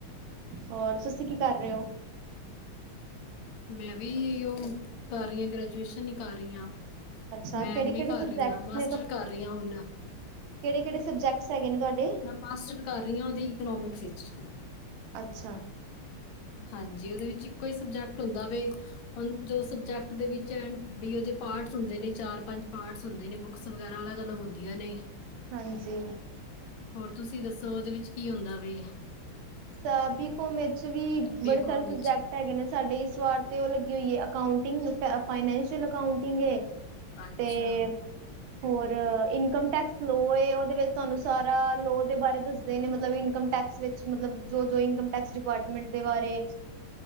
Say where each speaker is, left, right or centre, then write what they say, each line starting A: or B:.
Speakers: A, on the right (about 80°); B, on the left (about 75°).
A: ਹੋਰ ਤੁਸੀਂ ਕੀ ਕਰ ਰਹੇ ਹੋ।
B: ਮੈਂ ਵੀ ਉਹ ਕਰ ਰਹੀ ਹਾਂ ਗ੍ਰੈਜੂਏਸ਼ਨ ਹੀ ਕਰ ਰਹੀ ਹਾਂ।
A: ਅੱਛਾ,
B: ਮੈਂ
A: ਕਿਹੜੇ-ਕਿਹੜੇ
B: ਐਮ ਏ ਕਰ
A: ਸਬਜੈਕਟਸ
B: ਰਹੀ ਹਾਂ ਮਾਸਟਰ ਕਰ ਰਹੀ ਹਾਂ ਹੁਣ।
A: ਕਿਹੜੇ -ਕਿਹੜੇ ਸਬਜੈਕਟ ਹੈਗੇ ਨੇ ਤੁਹਾਡੇ।
B: ਮੈਂ ਮਾਸਟਰ ਕਰ ਰਹੀ ਹਾਂ ਉਹਦੀ ਇਕਨੋਮਿਕਸ ਵਿਚ।
A: ਅੱਛਾ।
B: ਹਾਂਜੀ ਉਹਦੇ ਵਿੱਚ ਇੱਕੋ ਹੀ ਸਬਜੈਕਟ ਹੁੰਦਾ ਵੇ। ਹੁ ਜੋ ਸਬਜੈਕਟ ਦੇ ਵਿੱਚ ਐ ਵੀ ਉਹਦੇ ਪਾਰਟਸ ਹੁੰਦੇ ਨੇ ਚਾਰ ਪੰਜ ਪਾਰਟਸ ਹੁੰਦੇ ਨੇ। ਬਕਸ ਵਗੈਰਾ ਅਲੱਗ ਅਲੱ ਹੁੰਦੀਆਂ ਨੇ।
A: ਹਾਂਜੀ।
B: ਹੋਰ ਤੁਸੀਂ ਦੱਸੋ ਉਹਦੇ ਵਿੱਚ ਕੀ ਹੁੰਦਾ ਵੇ।
A: ਸਾਬੀ ਕਮੇ ਚ ਵੀ
B: ਬੀਕੌਮ
A: ਬੜੇ ਸਾਰੇ
B: ਵਿੱਚ
A: ਸਬਜੈਕਟ। ਹੈਗੇ ਨੇ ਸਾਡੇ ਸਵਾਰ ਤੇ ਉਹ ਲੱਗੀ ਹੋਈ ਹੈ ਅਕਾਉਂਟਿੰਗ ਫਾਈਨਸ਼ੀਅਲ ਅਕਾਉਂਟਿੰਗ।
B: ਅੱਛਾ
A: ਤੇ ਹੋਰ ਇਨਕਮ ਟੈਕਸ। ਲੋਅ ਉਹਦੇ ਵਿੱਚ ਤੁਹਾਨੂੰ ਸਾਰਾ ਲੋਅ ਦੇ ਬਾਰੇ ਦੱਸਦੇ ਨੇ ਮਤਲਬ ਇਨਕਮ ਟੈਕਸ ਵਿੱਚ। ਮਤਲਬ ਜੋ- ਜੋ ਇਨਕਮ ਟੈਕਸ ਡਿਪਾਰਟਮੈਂਟ ਦੇ ਬਾਰੇ।